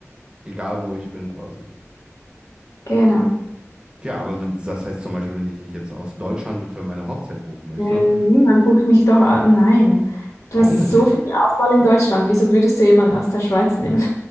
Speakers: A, on the right (about 20°); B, on the left (about 80°).
A: äh, egal wo ich bin quasi.
B: Genau.
A: Ja, aber wenn- das heißt zum Beispiel, wenn ich dich jetzt aus Deutschland für meine Hochzeit buchen möchte,
B: Äh, niemand bucht mich doch. a- Nein. Du
A: warum
B: hast
A: denn
B: so
A: nicht?
B: viel Auswahl in Deutschland. Wieso würdest du jemanden aus der Schweiz nehmen?